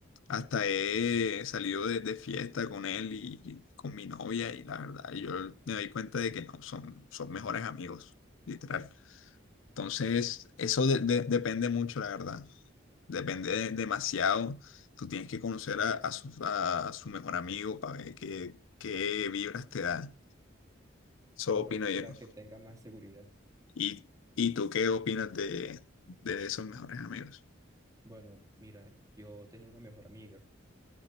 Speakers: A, on the left; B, on the right.
A: Hasta he salido de, de fiesta con él y y con mi novia y la verdad, yo me doy cuenta de que no, son, son mejores amigos, literal. Entonces, eso de- de- depende mucho, la verdad. Depende de- demasiado. Tú tienes que conocer a, a su, a su mejor amigo para ver qué, qué vibras te da. Eso
B: comprendo
A: opino yo.
B: para que tenga más seguridad.
A: ¿Y, y tú qué opinas de, de esos mejores amigos?
B: Bueno, mira, yo tenía una mejor amiga